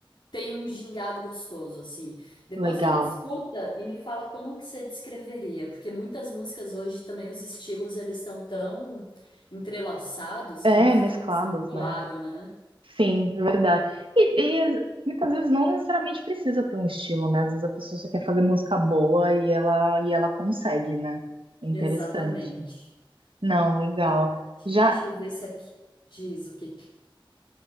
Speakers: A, on the left (about 60°); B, on the right (about 75°).
A: Tem um gingado gostoso, assim. Depois
B: Legal.
A: você escuta e me fala como que você descreveria, porque muitas músicas hoje também os estilos eles estão tão entrelaçados
B: É,
A: que não fica
B: mesclados,
A: mais tão claro,
B: né?
A: né?
B: Sim, é verdade. E, e muitas vezes não necessariamente precisa ter um estilo, né? Às vezes a pessoa só quer fazer música boa e ela, e ela consegue, né? Interessante.
A: Exatamente.
B: Não, legal. Já
A: Deixa eu ver se aqui diz o que que